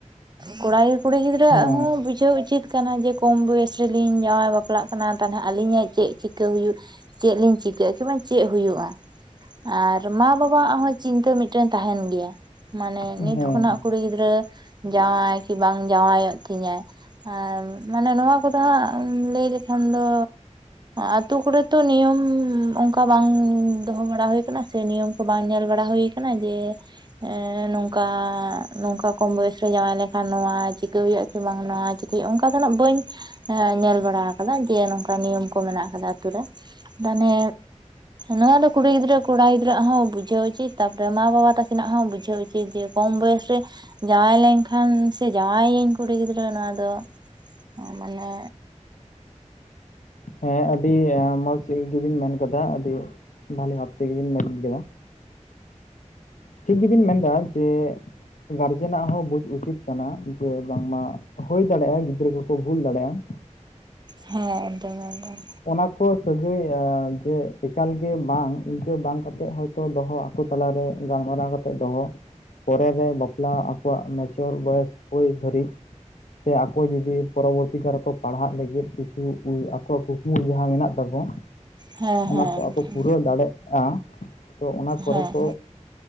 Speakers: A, on the right; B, on the left.
A: ᱠᱚᱲᱟ ᱜᱮ ᱠᱩᱲᱤ ᱜᱤᱫᱽᱨᱟᱹ
B: ᱦᱮᱸ
A: ᱣᱟᱜ ᱦᱚᱸ ᱵᱩᱡᱷᱟᱹᱣ ᱩᱪᱤᱛ ᱠᱟᱱᱟ ᱡᱮ ᱠᱚᱢ ᱵᱚᱭᱮᱥ ᱨᱮᱞᱤᱧ ᱡᱟᱶᱟᱭ ᱵᱟᱯᱞᱟᱜ ᱠᱟᱱᱟ ᱛᱟᱦᱚᱞᱮ ᱟᱞᱤᱧᱟᱜ ᱪᱮ ᱪᱤᱠᱟᱹᱜ ᱦᱩᱭᱩᱜ ᱪᱮ ᱞᱤᱧ ᱪᱤᱠᱟᱭᱟ ᱠᱤ ᱵᱟᱝ ᱪᱮ ᱦᱩᱭᱩᱜᱼᱟ ᱟᱨ ᱢᱟ-ᱵᱟᱵᱟ ᱣᱟᱜ ᱦᱚᱸ ᱪᱤᱱᱛᱟᱹ ᱢᱤᱜᱴᱮᱱ ᱛᱟᱸᱦᱮᱱ ᱜᱮᱭᱟ ᱢᱟᱱᱮ
B: ᱦᱮᱸ
A: ᱱᱤᱛ
B: ᱦᱮᱸ
A: ᱠᱷᱚᱱᱟᱜ ᱠᱩᱲᱤ ᱜᱤᱫᱽᱨᱟᱹ ᱡᱟᱶᱟᱭ ᱠᱤ ᱵᱟᱝ ᱡᱟᱶᱟᱭ-ᱚᱜ ᱛᱤᱧᱟᱭ ᱦᱮᱸ ᱢᱟᱱᱮ ᱱᱚᱣᱟ ᱠᱚᱫᱚ ᱦᱟᱸᱜ ᱞᱟᱹᱭ ᱞᱮᱠᱷᱟᱱ ᱫᱚ ᱟᱛᱩ ᱠᱚᱨᱮ ᱛᱚ ᱱᱤᱭᱚᱢ ᱚᱝᱠᱟ ᱵᱟᱝ ᱫᱚᱦᱚ ᱵᱟᱲᱟ ᱦᱳᱭ ᱠᱟᱱᱟ ᱥᱮ ᱱᱤᱭᱚᱢ ᱠᱚ ᱵᱟᱝ ᱧᱮᱞ ᱵᱟᱲᱟ ᱦᱳᱭ ᱠᱟᱱᱟ ᱡᱮ ᱮᱸᱻ ᱱᱚᱝᱠᱟ ᱱᱚᱝᱠᱟ ᱠᱚᱢ ᱵᱚᱭᱚᱥ ᱨᱮ ᱡᱟᱶᱟᱭ ᱞᱮᱠᱷᱟᱱ ᱱᱚᱣᱟ ᱪᱤᱠᱟᱹ ᱦᱩᱭᱩᱜᱼᱟ ᱥᱮ ᱵᱟᱝ ᱪᱤᱠᱟᱹᱭ ᱦᱩᱭᱩᱜᱼᱟ ᱚᱱᱠᱟ ᱫᱚᱱᱟ ᱵᱟᱹᱧ ᱮᱸ ᱧᱮᱞ ᱵᱟᱲᱟ ᱟᱠᱟᱫᱟ ᱡᱮ ᱱᱚᱝᱠᱟ ᱱᱤᱭᱚᱢ ᱠᱚ ᱢᱮᱱᱟᱜ ᱟᱠᱟᱫᱟ ᱟᱛᱩ ᱨᱮ ᱢᱟᱱᱮ ᱱᱚᱶᱟ ᱫᱚ ᱠᱩᱲᱤ ᱜᱤᱫᱽᱨᱟᱹ ᱠᱚᱲᱟ ᱜᱤᱫᱽᱨᱟᱹᱣᱟᱜ ᱦᱚᱸ ᱵᱩᱡᱷᱟᱹᱣ ᱩᱪᱤᱛ ᱛᱟᱯᱚᱨᱮ ᱢᱟ ᱵᱟᱵᱟ ᱛᱟᱹᱠᱤᱱᱟᱜ ᱦᱚᱸ ᱵᱩᱡᱷᱟᱹᱣ ᱩᱪᱤᱛ ᱡᱮ ᱠᱚᱢ ᱵᱚᱭᱚᱥ ᱨᱮ ᱡᱟᱶᱟᱭ ᱞᱮᱱᱠᱷᱟᱱ ᱥᱮ ᱡᱟᱶᱟᱭᱟᱹᱧ ᱠᱩᱲᱤ ᱜᱤᱫᱽᱨᱟᱹ ᱱᱚᱣᱟ ᱫᱚ ᱢᱟᱱᱮ
B: ᱦᱮᱸ ᱟᱹᱰᱤ ᱢᱚᱡᱽ ᱜᱮᱵᱤᱱ ᱢᱮᱱ ᱠᱟᱫᱟ ᱟᱹᱰᱤ ᱵᱷᱟᱞᱮ ᱵᱷᱟᱵ ᱛᱮᱜᱮᱵᱤᱱ ᱢᱮᱱ ᱠᱮᱫᱟ ᱴᱷᱤᱠ ᱜᱮᱵᱤᱱ ᱢᱮᱱᱫᱟ ᱡᱮ ᱜᱟᱨᱡᱮᱱᱟᱜ ᱦᱚᱸ ᱵᱩᱡ ᱩᱪᱤᱛ ᱠᱟᱱᱟ ᱡᱮ ᱵᱟᱝᱢᱟ ᱦᱩᱭ ᱫᱟᱲᱮᱭᱟᱜᱼᱟ ᱜᱤᱫᱽᱨᱟᱹ ᱠᱚᱠᱚ ᱵᱷᱩᱞ ᱫᱟᱲᱮᱭᱟᱜᱼᱟ <inaudible>
A: ᱦᱮᱸ ᱮᱠᱫᱚᱢ ᱮᱠᱫᱚᱢ
B: ᱚᱱᱟ ᱠᱚ ᱥᱟᱹᱜᱟᱹᱭ ᱮᱻ ᱡᱮ ᱮᱠᱟᱞᱜᱮ ᱵᱟᱝ ᱤᱱᱠᱟᱹ ᱵᱟᱝ ᱠᱟᱛᱮ ᱦᱚᱭᱛᱚ ᱫᱚᱦᱚ ᱟᱠᱚ ᱛᱟᱞᱟᱨᱮ ᱜᱟᱞᱢᱟᱨᱟᱣ ᱠᱟᱛᱮ ᱫᱚᱦᱚ ᱯᱚᱨᱮ ᱨᱮ ᱵᱟᱯᱞᱟ ᱟᱠᱚᱣᱟᱜ ᱢᱮᱪᱚᱨ ᱵᱚᱭᱮᱥ ᱦᱩᱭ ᱫᱷᱟᱹᱨᱤᱡ ᱥᱮ ᱟᱠᱚ ᱡᱩᱫᱤ ᱯᱚᱨᱚᱵᱚᱨᱛᱤ ᱠᱟᱞ ᱨᱮ ᱠᱚ ᱯᱟᱲᱦᱟᱜ ᱞᱟᱹᱜᱤᱫ ᱠᱤᱪᱷᱩ ᱟᱠᱚᱣᱟᱜ ᱠᱩᱠᱢᱩ ᱡᱟᱦᱟᱸ ᱢᱮᱱᱟᱜ ᱛᱟᱠᱚ
A: ᱦᱮᱸ
B: ᱚᱱᱟ
A: ᱦᱮᱸ
B: ᱠᱚ ᱟᱠᱚ
A: ᱮᱠᱫᱚᱢ
B: ᱯᱩᱨᱟᱹᱣ ᱫᱟᱲᱮᱜ ᱟ ᱛᱚ ᱚᱱᱟ ᱯᱚᱨᱮ
A: ᱦᱮᱸ
B: ᱠᱚ